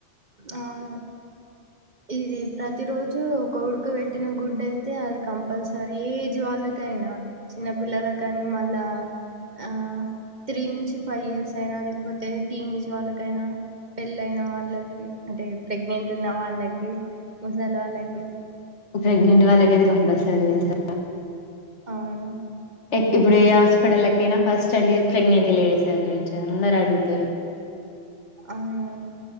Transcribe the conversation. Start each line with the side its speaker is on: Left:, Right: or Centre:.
Right: అవును ఇది ప్రతి రోజు ఒక ఉడుక పెట్టిన గుడ్డు అయితే అది కంపల్సరీ ఏజ్ వాళ్ళకైనా, చిన్న పిల్లలకిని మళ్ళా ఆ త్రీ నుంచి ఫైవ్ ఇయర్స్ అయినా లేకపోతే టీనే ఏజ్ వాళ్ళకైనా పెళ్ళన వాళ్ళకి అంటే ప్రెగ్నెంట్ ఉన్న వాళ్ళకి ముసలు వాళ్ళకి
Left: ప్రెగ్నెంట్ వాళ్ళకిది కంపల్సరీ తెలుసా
Right: అవును
Left: ఇప్పుడు హే హాస్పిటల్ ఎక్కైనా ఫస్ట్ అడిగి ప్రెగ్నెంట్ లేడీస్ గురించి అందరు అడుగుతారు
Right: అవునవును